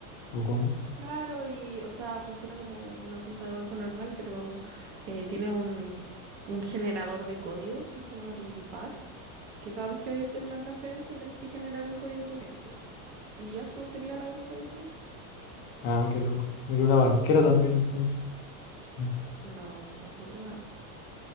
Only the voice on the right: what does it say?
Claro, y o sea, funciona como una cuenta de banco normal, pero eh, tiene un, un generador de código que se llama DigiPass, que cada vez que vayas a hacer una transferencia tenés que generar un código con él, po. Y eso sería la única diferencia.
No, tampoco tanto.